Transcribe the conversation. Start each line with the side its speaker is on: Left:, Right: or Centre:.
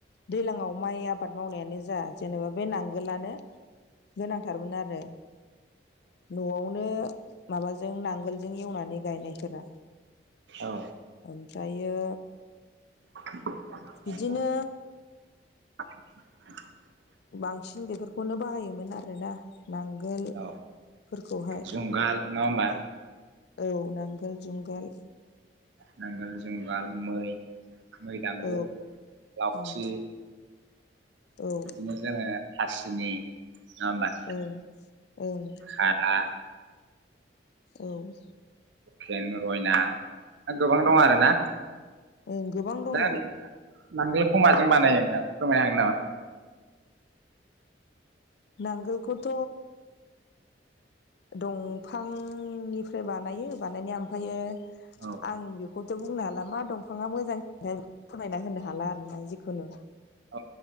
Left: दैजलाङाव माइ आबाद मावनायानो जा जेनेबा बे नांगोलानो गोनांथारमोन आरो नआवनो माबाजों नांगोलजों एवनानै गायनायफोरा
Right: औ
Left: ओमफ्रायो
Right: <unintelligible>
Left: बिदिनो
Right: नंगौ <unintelligible>
Left: बांसिन बेफोरखौनो बाहायोमोन आरोना नांगोलफोरखौहाय
Right: औ जुंगाल नङा होमबा
Left: औ नांगोल जुंगाल
Right: नांगोल जुंगाल मै मै दांगुर
Left: औ
Right: लावथि
Left: ओं औ
Right: बिदिनो जोङो खासिनि नंआमबा
Left: ओं ओं
Right: खारा
Left: औ।
Right: हकेन रयना गोबां दं आरो ना
Left: ओं गोबां दङ।
Right: दा नांगोलखौ माजों बानायो नों फोरमायनो हागोन नामा।
Left: नांगोलखौथ दंफांनिफ्राय बानायो बानायनाया ओमफ्रायो
Right: औ
Left: आं बेखौथ बुंनो हाला मा दंफाङा मोजांसिन बे फोरमायना होनो हाला आरोना जिखुनु
Right: औ